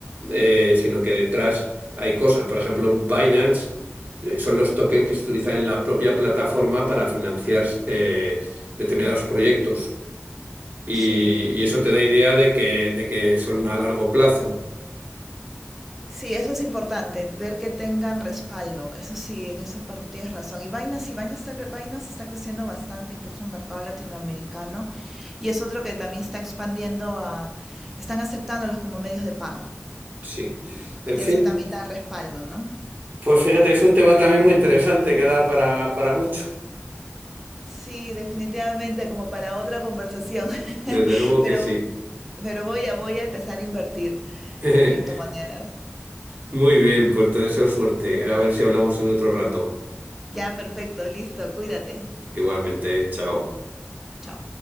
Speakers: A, on the right; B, in the centre.
A: eh, sino que detrás hay cosas. Por ejemplo, Binance eh, son los tokens que se utilizan en la propia plataforma para financiar eh, determinados proyectos. Y,
B: Sí,
A: y eso te da idea de que, de que son a largo plazo.
B: Sí, eso es importante, ver que tengan respaldo. Eso sí, en esa parte tienes razón. Y Binance, sí, Binance está, cre- Binance está creciendo bastante, incluso en el mercado latinoamericano. Y es otro que también está expandiendo a, están aceptándolos como medios de pago.
A: Sí.
B: Sí.
A: En
B: Y
A: fin,
B: eso también da respaldo, ¿no?
A: pues fíjate, es un tema también muy interesante que da para, para mucho.
B: Sí, definitivamente, como para otra conversación. <laughs>
A: Desde luego
B: Pero,
A: que sí.
B: Ujú. pero voy a, voy a empezar a invertir
A: <laughs>
B: en criptomonedas.
A: Muy bien, pues te deseo suerte. A ver si hablamos en otro rato.
B: Ya, perfecto, listo, cuídate.
A: Igualmente, chao.
B: Chao.